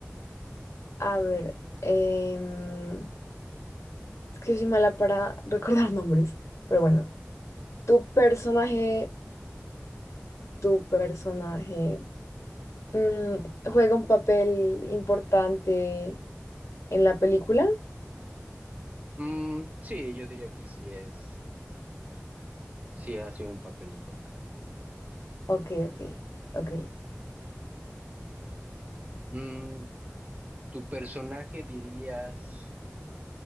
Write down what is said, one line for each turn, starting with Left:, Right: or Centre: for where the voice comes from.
Left: A ver, em, es que yo soy mala para <laughs> recordar nombres, pero bueno. ¿Tu personaje, tu personaje, mm, juega un papel importante en la película?
Right: Mm, sí, yo diría que sí es, sí hace un papel importante.
Left: Ok, ok, ok.
Right: Mm, ¿tu personaje dirías